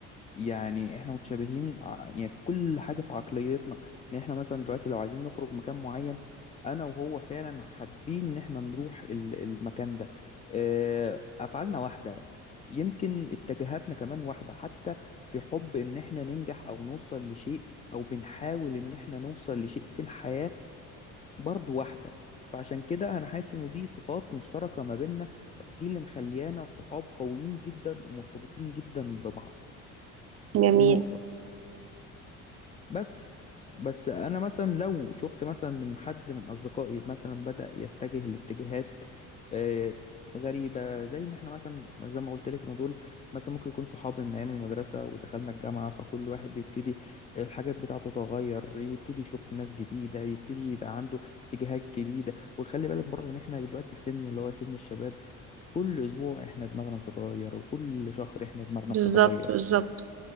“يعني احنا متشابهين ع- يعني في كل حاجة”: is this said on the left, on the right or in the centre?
Left